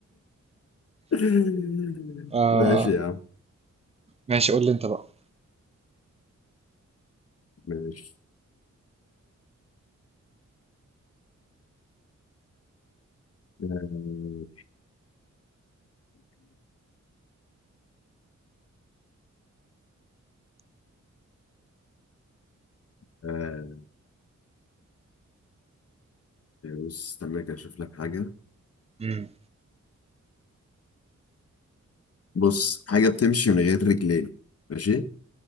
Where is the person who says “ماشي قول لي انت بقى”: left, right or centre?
Right